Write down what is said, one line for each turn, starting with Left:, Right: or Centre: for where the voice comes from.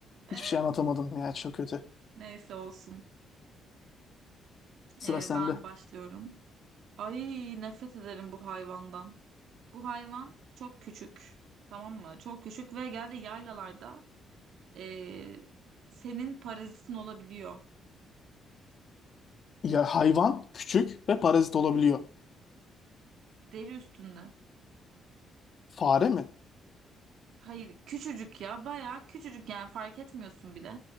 Right: <laughs>
Left: Hiçbir şey anlatamadım ya çok kötü.
Right: Neyse olsun.
Left: Sıra
Right: E,
Left: sende.
Right: ben başlıyorum. Ay nefret ederim bu hayvandan. Bu hayvan çok küçük. Tamam mı? Çok küçük ve geldi yaylalarda eee, senin parazitin olabiliyor.
Left: Ya hayvan küçük ve parazit olabiliyor.
Right: Küç deri üstünde.
Left: Fare mi?
Right: Hayır küçücük ya bayağı küçücük yani fark etmiyorsun bile.